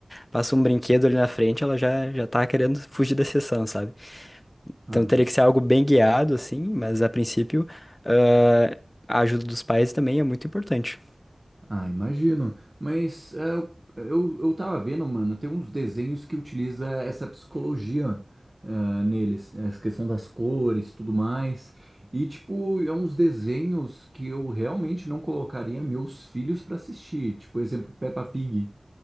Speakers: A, on the left; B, on the right.
A: passa um brinquedo ali na frente, ela já já tá querendo fugir da sessão, sabe?
B: Ah,
A: Então
B: mas
A: teria que ser algo bem guiado assim, mas a princípio, ah, a ajuda dos pais também é muito importante.
B: Ah, imagino. Mas é, eu, eu tava vendo, mano, tem uns desenhos que utiliza essa psicologia é, neles, essa questão das cores, tudo mais. E, tipo, é uns desenhos que eu realmente não colocaria meus filhos pra assistir. Tipo, exemplo, Peppa Pig,